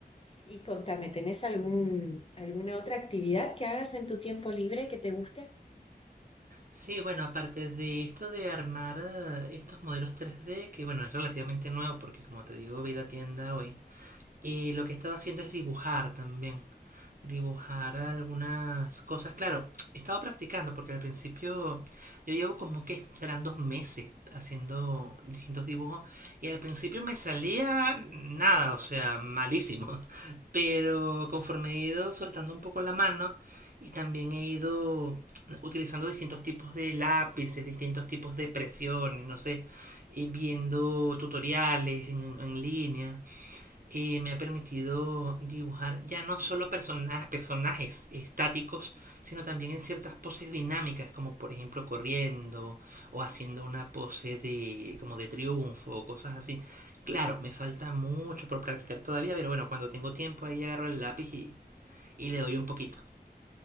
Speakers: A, on the left; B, on the right.
A: Y contame, ¿tenés algún, alguna otra actividad que hagas en tu tiempo libre que te guste?
B: Sí, bueno, aparte de esto de armar eh, estos modelos 3D, que bueno, es relativamente nuevo porque como te digo, vi la tienda hoy, eh, lo que he estado haciendo es dibujar también dibujar algunas cosas. Claro, he estado practicando porque al principio yo llevo como que serán dos meses haciendo distintos dibujos y al principio me salía nada, o sea, malísimo. <laughs> Pero conforme he ido soltando un poco la mano y también he ido utilizando distintos tipos de lápices, distintos tipos de presiones, no sé, y viendo tutoriales en, en línea eh, me ha permitido dibujar ya no solo persona personajes estáticos, sino también en ciertas poses dinámicas, como por ejemplo corriendo o haciendo una pose de como de triunfo o cosas así. Claro, me falta mucho por practicar todavía, pero bueno, cuando tengo tiempo ahí agarro el lápiz y, y le doy un poquito.